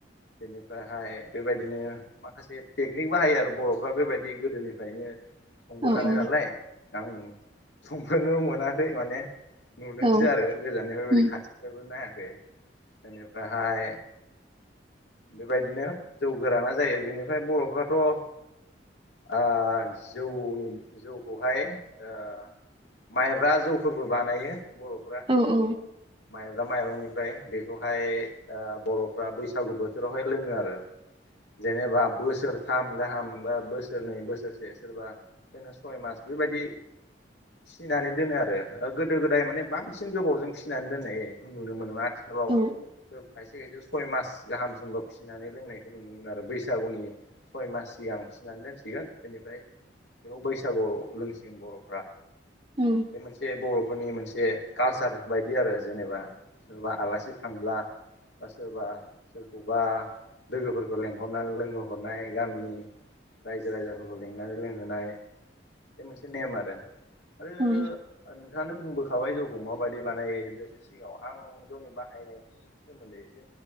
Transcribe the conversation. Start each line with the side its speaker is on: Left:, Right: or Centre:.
Left: बेनिफ्रायहाय बेबायदिनो। माखासे टेकनिक बाहायो आरो बर'फ्रा बेबायदि गोदोनिफ्रायनो। संबोखानाय
Right: औ औ
Left: नालाय आं संफेरनो मोनाखै माने। नुदोंसो
Right: औ
Left: आरो गोजाननिफ्राय बेबायदि
Right: उम
Left: खाथिनिफ्रायबो नायाखै बेनिफ्रायहाय। बेबायदिनो जौ गोराना जायो बेनिफ्राय बर'फ्राथ'। ओ जौनि जौखौहाय ओ माइब्रा जौफोरबो बानायो बर'फोरा।
Right: औ औ
Left: माइब्रा माइरंनिफ्राय बेखौहाय ओ बर'फ्रा बैसागु बो। बिफोरावहाय लोंङो आरो जेनेबा। बोसोरथाम गाहाम बा बोसोरनै बोसोरसे सोरबा। बिनो सय मास बेबायदि। फिनानै दोनो आरो। गोदो गोदाय माने बांसिन गोबावजों फिनानै दोननाय नुनो मोनोमोन। आथ खालाव
Right: औ
Left: खायसे खायसे सय मास गाहाम। जेनेबा फिसिनानै लोंनायखौ नुनो मोनो आरो बैसागुनि। सय मास सिगां फिसिनानै दोनसिगोन बेनिफ्राय। बेखौ बैसागुआव लोंसिगोन बरफ्रा।
Right: उम
Left: बे मोनसे बर'फोरनि मोनसे कालसार बायदि आरो जेनेबा सोरबा आलासि थांब्ला। बा सोरबा। बबेबा लोगोफोरखौ लेंहरनानै लोंहोहरनाय गामिनि। रायजो राजाफोरखौ लिंनानै लोंहोनाय बे मोनसे नेम आरो। आरो।
Right: औ
Left: नोंथांङानो बुंबोखाबाय जौखौ माबायदि बानायो एसे सिगाङाव आं जौनि बाहायनायनि। सोमोन्दै एसे